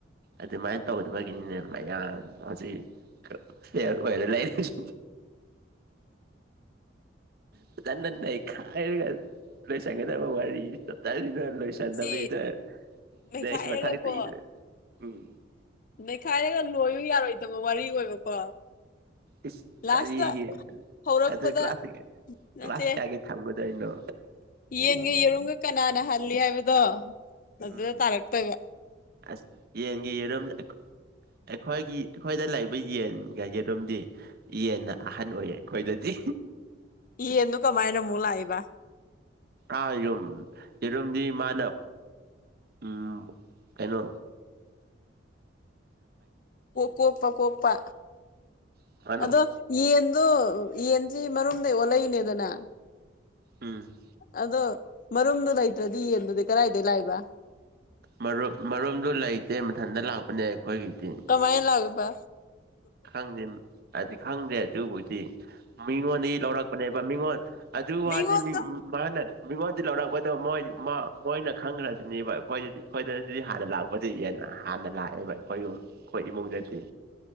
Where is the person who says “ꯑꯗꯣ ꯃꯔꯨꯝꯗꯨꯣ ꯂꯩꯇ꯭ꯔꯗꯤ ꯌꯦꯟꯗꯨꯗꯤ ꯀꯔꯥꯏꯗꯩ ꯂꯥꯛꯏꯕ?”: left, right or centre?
Left